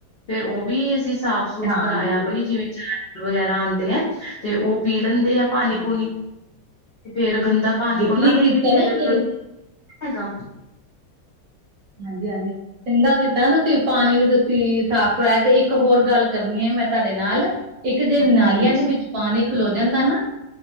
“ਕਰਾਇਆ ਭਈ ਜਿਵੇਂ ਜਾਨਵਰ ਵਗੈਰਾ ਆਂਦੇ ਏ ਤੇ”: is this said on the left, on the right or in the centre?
Left